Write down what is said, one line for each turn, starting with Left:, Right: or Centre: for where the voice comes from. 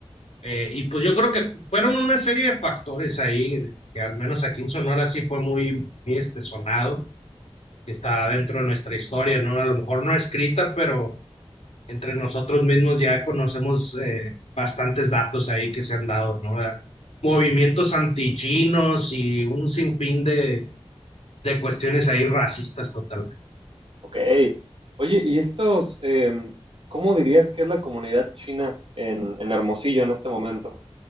Left: eh, y pues yo creo que fueron una serie de factores ahí, de- que al menos aquí en Sonora sí fue muy, muy, este, sonado, está dentro de nuestra historia, ¿no? A lo mejor no escrita, pero entre nosotros mismos ya conocemos eh, bastantes datos ahí que se han dado, ¿no? Eh, Movimientos antichinos y un sinfín de, de cuestiones ahí racistas totalmente
Right: ok. Oye, ¿y estos, em, cómo dirías que es la comunidad china en, en Hermosillo en este momento?